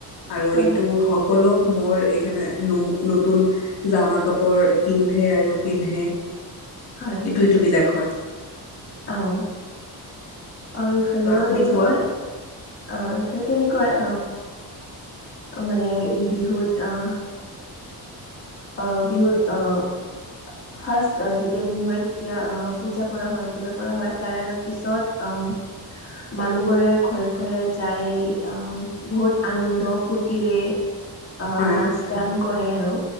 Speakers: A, on the left (about 75°); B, on the left (about 35°).
A: আৰু
B: হয়
A: এইটো সকলো মোৰ এইখনে ন'-নতুন জামা কাপোৰ কিন্ধে আৰু পিন্ধে।
B: হয়।
A: <unintelligible> বিলাক হয়।
B: অ'। অ' এইফালেও
A: আৰু আপুনি
B: তেনেকুৱাই।
A: কোৱা
B: অ' এইফালে তেনেকুৱাই অ' মানে বিহুত অ' অ' বিহুত আ ফাৰ্ষ্ট আ যেতিয়া বিহু হয় তেতিয়া আ পূজা কৰা হয় কিবা কৰা হয়। তাৰেপিছত অ'। মানুহবোৰে ঘৰে ঘৰে যাই আ বহুত আনন্দ-ফূৰ্তিৰে। আ,
A: হয়
B: নাচ-গান কৰে আৰু।